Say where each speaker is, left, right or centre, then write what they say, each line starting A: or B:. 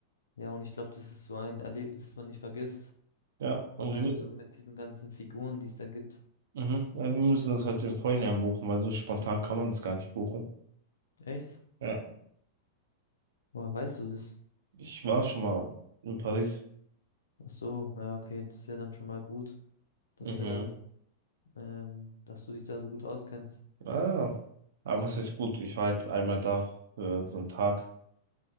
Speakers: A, on the left; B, on the right.
A: Ja, und ich glaube, das ist so ein Erlebnis, das man nicht vergisst.
B: Ja, und
A: Vor allem
B: wir
A: so mit diesen ganzen Figuren, die es da gibt.
B: Mhm. Ja, wir müssen das halt im Vorhinein buchen, weil so spontan kann man das gar nicht buchen.
A: Echt?
B: Ja,
A: Woher weißt du das?
B: ich war schon mal in Paris.
A: Ach so, ja, okay, das ist ja dann schon mal gut, dass
B: Mhm.
A: wir dann, ähm, dass du dich da so gut auskennst.
B: Ah, ja. aber was heißt gut? Ich war halt einmal da für so einen Tag